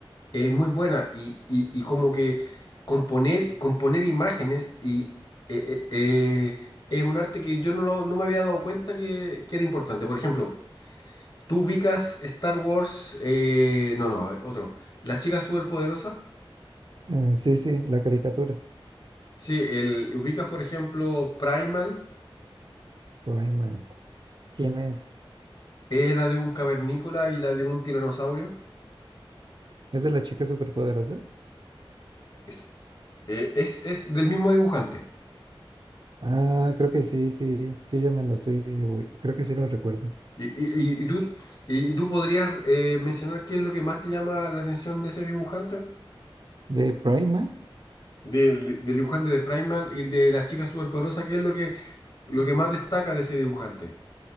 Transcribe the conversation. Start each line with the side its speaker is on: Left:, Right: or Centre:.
Left: es muy buena y, y- y como que componer, componer imágenes y eh, eh, eh, es un arte que yo no, lo- no me había dado cuenta que, que era importante. Por ejemplo, tú ubicas Star Wars, eh, no, no, a ver, otro. Las chicas superpoderosas.
Right: Eh, sí, sí, la caricatura.
Left: Sí, el, ubicas por ejemplo Primal.
Right: Rayman. ¿Quién es?
Left: Eh, la de un cavernícola y la de un tiranosaurio.
Right: ¿Es de la chica superpoderosa?
Left: Es, eh, es, es del mismo dibujante.
Right: Ah, creo que sí, sí, sí, ya me lo estoy, uy, creo que sí lo recuerdo.
Left: Y, y- y- y tú, y, y tú podrías eh, mencionar qué es lo que más te llama la atención de ese dibujante,
Right: De Prima,
Left: del, del dibujante de Primal y de las chicas superpoderosas, qué es lo que, lo que más destaca de ese dibujante.